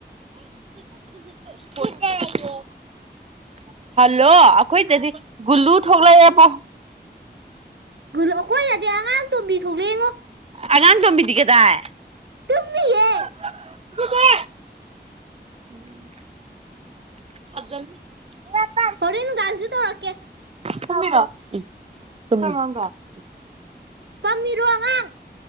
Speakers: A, on the right; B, on the right.
A: <unintelligible> ꯍꯜꯂꯣ ꯑꯩꯈꯣꯏꯗꯗꯤ ꯒꯨꯂꯨ ꯊꯣꯛꯂꯛꯑꯦꯕꯣ
B: ꯒꯨꯂꯨ ꯑꯩꯈꯣꯏꯗꯗꯤ ꯑꯉꯥꯡ ꯇꯣꯝꯕꯤ ꯊꯣꯛꯂꯛꯑꯦ ꯉꯣ
A: ꯑꯉꯥꯡ ꯇꯣꯝꯕꯤꯗꯤ ꯒꯗꯥꯏ
B: ꯇꯨꯝꯃꯤꯌꯦ
A: <unintelligible> <unintelligible>
B: ꯍꯣꯔꯦꯟꯅ ꯅꯨꯡꯗꯥꯡꯖꯨ ꯇꯧꯔꯛꯀꯦ
A: ꯇꯨꯝꯃꯤ ꯎꯝ ꯇꯨꯝꯃꯤꯅꯦ <unintelligible>
B: ꯄꯝꯃꯤꯔꯣ ꯑꯉꯥꯡ